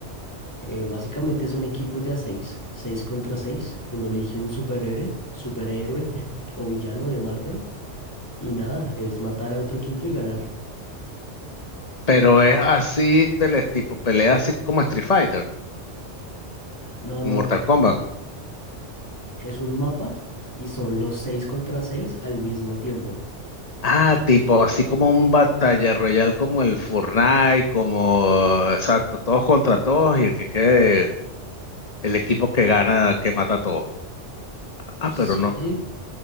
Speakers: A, on the left (about 15°); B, on the left (about 35°).
A: eh, básicamente son equipos de a seis. Seis contra seis. Uno elige un superhéroe, superhéroe <laughs> o villano de Marvel. Y nada, es matar a otro equipo y ganar.
B: pero es así del est- tipo, pelea así como Street Fighter,
A: No,
B: como
A: no,
B: Mortal Kombat.
A: es un mapa y son los seis contra seis al mismo tiempo.
B: Ah, tipo, así como un batalla royal como el Fortnite, como, exacto, todos contra todos y el que quede, el equipo que gana, que mata a todos. Ah,
A: Sí,
B: pero no,
A: sí,